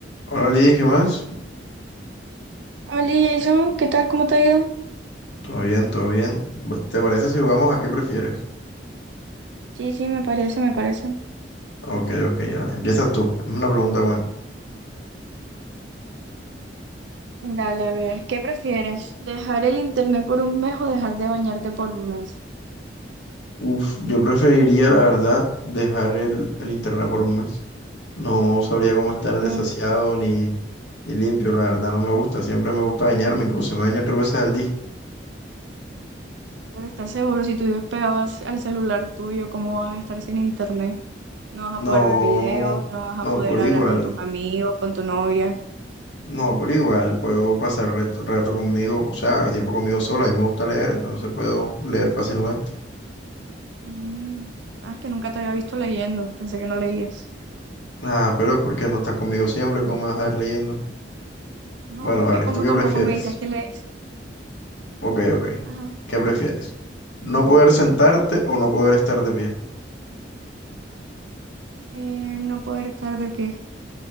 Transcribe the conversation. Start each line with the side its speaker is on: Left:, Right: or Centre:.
Left: Hola Liz, ¿qué más?
Right: Hola Jason, ¿qué tal? ¿Cómo te ha ido?
Left: Todo bien, todo bien. Bu- ¿Te parece si jugamos a qué prefieres?
Right: Sí, sí, me parece, me parece.
Left: Ok, ok, vale. Empiezas tú. Es una pregunta buena.
Right: Dale, a ver, ¿qué prefieres? ¿Dejar el internet por un mes o dejar de bañarte por un mes?
Left: Uf, yo preferiría, la verdad, dejar el, el internet por un mes. No sabría cómo
Right: ¿Por
Left: estar
Right: qué?
Left: desasiado ni, ni limpio, la verdad, no me gusta. Siempre me gusta bañarme, incluso me baño tres veces al día.
Right: Pero estás seguro, si tú vives pegado al al celular tuyo, ¿cómo vas a estar sin internet? No vas
Left: No,
Right: a poder ver videos, no vas
Left: no,
Right: a poder
Left: pero
Right: hablar
Left: igual,
Right: con tus amigos, con tu novia.
Left: no, pero igual, puedo pasar rato, rato conmigo, o sea, tiempo conmigo solo. A mí me gusta leer, entonces puedo leer fácilmente.
Right: Mm, ah, es que nunca te había visto leyendo, pensé que no leías.
Left: Ah, pero ¿por qué no estás conmigo siempre? ¿Cómo me vas a ir leyendo?
Right: No,
Left: Bueno,
Right: es
Left: vale,
Right: que como
Left: ¿tú qué
Right: tampoco
Left: prefieres?
Right: me dices que lees.
Left: Ok, ok.
Right: Ajá,
Left: ¿Qué prefieres? ¿No poder sentarte o no poder estar de pie?
Right: eh, no poder estar de pie.